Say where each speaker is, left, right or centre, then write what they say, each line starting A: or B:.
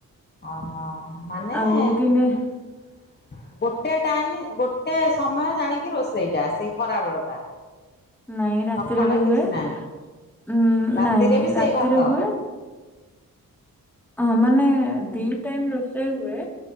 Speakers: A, on the left; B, in the centre.
A: ଓହୋ ମାନେ ଗୋଟ୍
B: ଆଉ ଦିନେ
A: ଗୋଟେ ଟାଇମ ଗୋଟେ ସମୟ ଜାଣିକି ରୋଷେଇଟା ଆସେ। ଖରାବେଳ ଟା
B: ନାଇଁ ରାତିରେ
A: ସକାଳେ
B: ବି
A: କିଛି
B: ହୁଏ ଉଁ
A: ନାହିଁ ରାତିରେ
B: ନାଇଁ
A: ବି ସେଇ
B: ରାତିରେ
A: ଭାତ।
B: ହୁଏ। ହଁ ମାନେ ଦି ଟାଇମ ରୋଷେଇ ହୁଏ